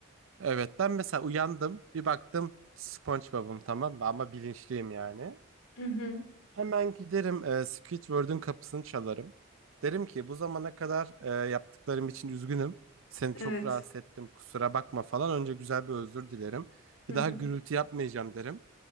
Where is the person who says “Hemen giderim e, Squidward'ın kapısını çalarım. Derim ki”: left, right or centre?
Right